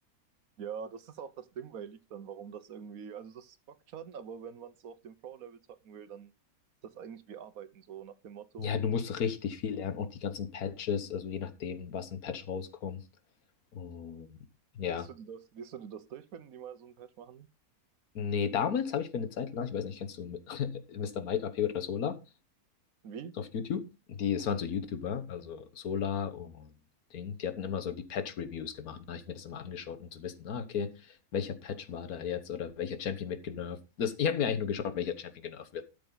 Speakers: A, on the right (about 70°); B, on the left (about 75°).
A: Ja, das ist auch das Ding bei League dann, warum das irgendwie, also das bockt schon, aber wenn man es so auf dem Pro-Level zocken will, dann ist das eigentlich wie Arbeiten, so nach dem Motto.
B: Ja,
A: Und
B: du musst richtig viel lernen, auch die ganzen Patches, also je nachdem, was ein Patch rauskommt. Und ja.
A: äh, liest du dir das, liest du dir das durch, wenn die mal so ein Patch machen?
B: Nee, damals habe ich mir eine Zeit lang, ich weiß nicht, kennst du <laughs> Mister Mike A P oder Solar?
A: Wie?
B: auf YouTube. Die, es waren so YouTuber, also Sola und Ding, die hatten immer so die Patch-Reviews gemacht. Da habe ich mir das immer angeschaut, um zu wissen, ah, okay, welcher Patch war da jetzt oder welcher Champion wird genervt. Das, ich habe mir eigentlich nur geschaut, welcher Champion genervt wird